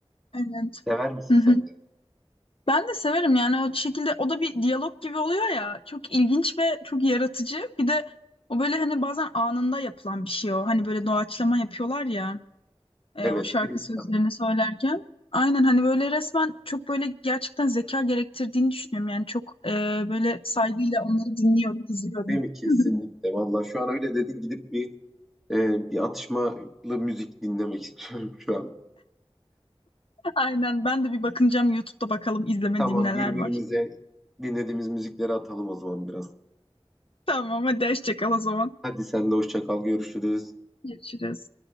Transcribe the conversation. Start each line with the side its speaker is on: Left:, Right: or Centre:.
Left: Evet.
Centre: sever misin
Left: Hı
Centre: sen?
Left: hı. Evet.
Centre: de?
Left: Ben de severim yani o şekilde o da bir diyalog gibi oluyor ya çok ilginç ve çok yaratıcı bir de o böyle hani bazen anında yapılan bir şey o hani böyle doğaçlama yapıyorlar ya e,
Centre: Evet,
Left: o şarkı
Centre: freestyle.
Left: sözlerini söylerken aynen hani böyle resmen çok böyle gerçekten zeka gerektirdiğini düşünüyorum yani çok e, böyle saygıyla onları dinliyorum izliyorum.
Centre: Değil mi? Kesinlikle.
Left: <laughs>
Centre: Vallahi şu an öyle dedin gidip bir e, bir atışmalı müzik dinlemek <laughs> istiyorum şu an.
Left: Aynen ben de bir bakınacağım YouTube'da bakalım izlemediğim
Centre: Tamam
Left: neler
Centre: birbirimize
Left: var.
Centre: dinlediğimiz müzikleri atalım o zaman biraz.
Left: Tamam hadi hoşça kal o zaman.
Centre: Hadi sen de hoşça kal, görüşürüz.
Left: Görüşürüz.